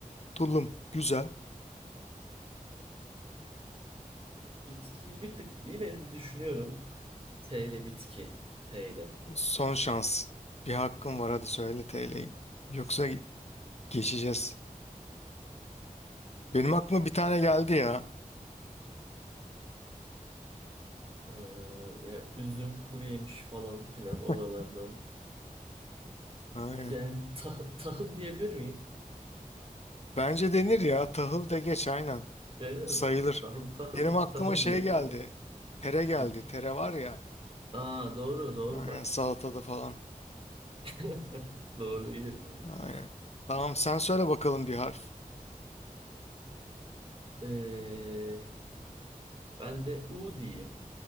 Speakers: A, on the left; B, on the right.
A: Tulum. Güzel.
B: Bitki bir tık yine bir düşünüyorum. T ile bitki. T ile.
A: Son şans. Bir hakkın var hadi söyle TL'yi. Yoksa geçeceğiz. Benim aklıma bir tane geldi ya.
B: Ee, ya üzüm, kuru yemiş falan filan
A: <laughs>
B: oralardan.
A: Aynen.
B: Yani ta- tahıl diyebilir miyim?
A: Bence denir ya. Tahıl de geç aynen.
B: Denir
A: Sayılır.
B: mi? Tahıl, tahıl,
A: Benim aklıma
B: tahıl
A: şey
B: diyeyim
A: geldi.
B: abi.
A: Tere geldi.
B: Hı.
A: Tere var ya.
B: Aa doğru, doğru
A: Aynen
B: bak.
A: salatada falan.
B: <laughs> Doğru, iyi dedin. bunu.
A: Aynen. Tamam sen söyle bakalım bir harf.
B: Ee, ben de U diyeyim.